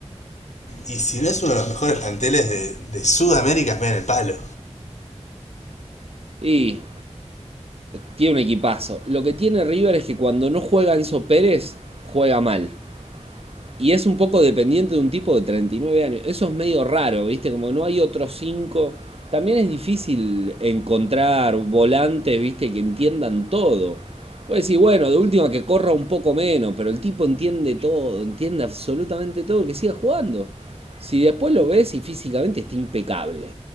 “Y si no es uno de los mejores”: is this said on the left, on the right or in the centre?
Left